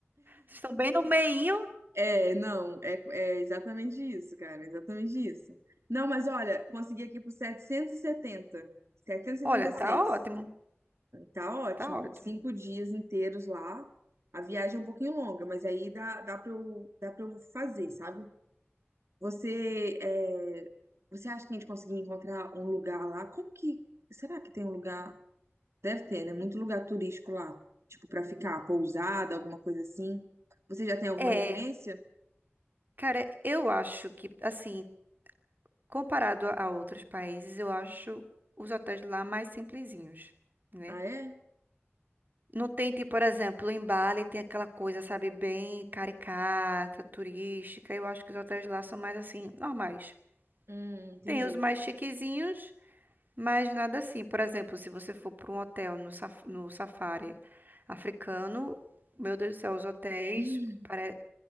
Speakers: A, on the right; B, on the right.
A: Vocês estão bem no meinho.
B: É, não, é, é exatamente isso, cara, exatamente isso. Não, mas olha, consegui aqui por setecentos setecentos e e setenta, setecentos e
A: Olha,
B: setenta e
A: tá
B: seis.
A: ótimo.
B: Tá ótimo,
A: Tá ótimo.
B: cinco dias inteiros lá. A viagem é um pouquinho longa, mas aí dá, dá pra eu, dá pra eu fazer, sabe? Você, é, você acha que a gente conseguir encontrar um lugar lá? Como que, será que tem um lugar? Deve ter, né? Muito lugar turístico lá, tipo, pra ficar pousada, alguma coisa assim. Você já tem alguma
A: É,
B: referência?
A: cara, eu acho que, assim, comparado a a outros países, eu acho os hotéis lá mais simplesinhos, né?
B: Ah, é?
A: Não tem, tipo, por exemplo, em Bali tem aquela coisa, sabe, bem caricata, turística. Eu acho que os hotéis lá são mais, assim, normais.
B: Hum, entendi.
A: Tem os mais chiquezinhos. Mas nada assim. Por exemplo, se você for para um hotel no, saf- no safari africano, meu Deus do céu, os hotéis
B: Hum,
A: pare...